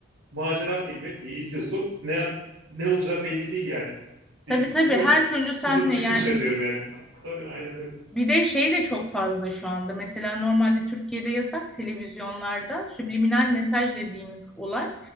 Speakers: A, on the right; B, in the centre.
A: macera filmi diye izliyorsun. Ne an- ne olacağı belli değil yani.
B: Tabii
A: Biz
B: tabii
A: diyoruz
B: her türlü sahne
A: kızım çık
B: yani.
A: dışarı diyorum yani. Tabii aynen öyle.
B: Bir de şey de çok fazla şu anda. Mesela normalde Türkiye'de yasak televizyonlarda subliminal mesaj dediğimiz olay.